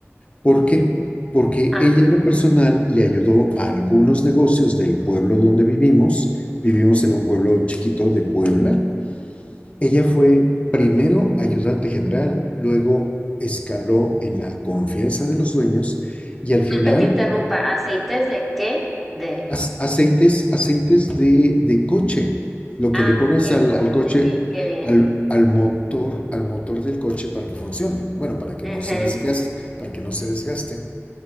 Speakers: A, on the left; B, in the centre.
A: ¿Por qué? Porque
B: ajá.
A: ella en lo personal le ayudó a algunos negocios del pueblo donde vivimos. Vivimos en un pueblo chiquito de Puebla. Ella fue primero ayudante general, luego escaló en la confianza de los dueños y al final
B: Que te interrumpa, ¿aceites de qué? De...
A: as- aceites, aceites de, de coche, lo que
B: Ah,
A: le pones
B: ok,
A: al,
B: oh,
A: al coche,
B: qué bien, qué bien.
A: al, al motor, al motor del coche para que funcione, bueno, para que
B: Ujú.
A: no se desgaste, para que no se desgaste.